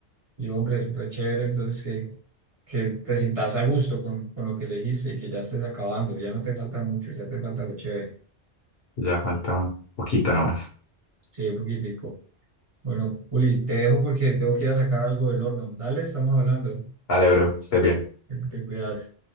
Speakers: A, on the right; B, on the left.
A: y hombre, re chévere, entonces que, que te sientas a gusto con, con lo que elegiste y que ya estés acabando, ya no te falta mucho, ya te falta lo chévere.
B: Ya falta un poquito nomás.
A: Sí, un poquitico. Bueno, Juli, te dejo porque tengo que ir a sacar algo del horno. Dale, estamos hablando.
B: Dale, bro, que estés bien.
A: Te cuidas.